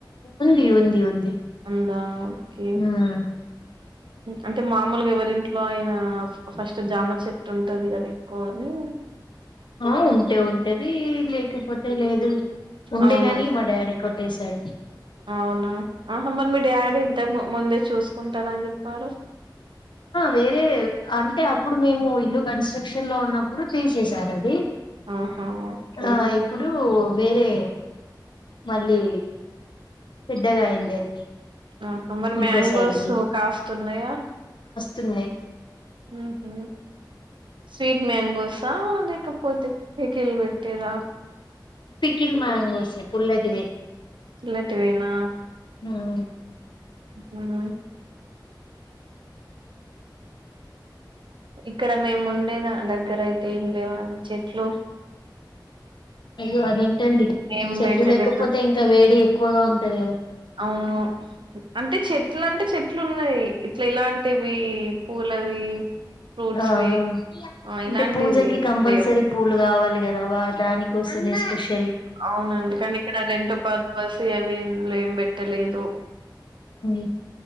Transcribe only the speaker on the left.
ఉంది ఉంది ఉంది.
మ్మ్
ఆ ఉంటే ఉంటది లేకపోతే లేదు ఉండే
గాని మా డాడీ కొట్ ట్టేసాడు.
వేరే అంటే అప్పుడు మేము ఇల్లు కన్స్ట్రక్షన్ లో ఉన్నప్పుడు తీసేసారు అది
ఆ ఇప్పుడు వేరే మళ్ళీ పెద్దగా అయింది. అది
ఇంకో
సైడ్
తున్నాయి.
Pickle mangoes పుల్లటివే.
హ్మ్.
అయ్యో అదేంటండి
చెట్లు
లేకపోతే ఇంకా వేడి ఎక్కువగా ఉంటది కదా
ఆహా
అంటే
పూజకి కంపల్సరీ
పూలు కావాలి కదా వా దానికి కోసమే స్పెషల్
ఉమ్